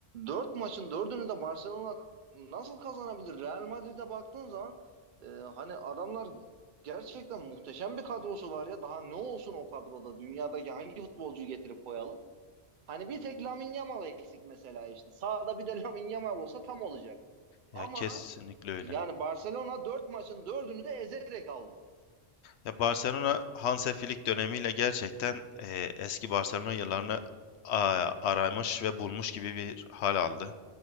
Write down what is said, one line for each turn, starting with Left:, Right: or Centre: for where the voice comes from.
Right: 4 maçın dördünü de Barcelona nasıl kazanabilir? Real Madrid'e baktığın zaman e, hani adamlar gerçekten muhteşem bir kadrosu var ya daha ne olsun o kadroda dünyadaki hangi futbolcuyu getirip koyalım? Hani bir tek Lamine Yamal eksik mesela işte. Sağda bir de <laughs> Lamine Yamal olsa tam olacak.
Left: Ya
Right: Ama
Left: kesinlikle öyle.
Right: yani Barcelona 4 maçın dördünü de ezerek aldı.
Left: Ya Barcelona Hansi Flick dönemiyle gerçekten e, eski Barcelona yıllarını a- aramış ve bulmuş gibi bir hal aldı.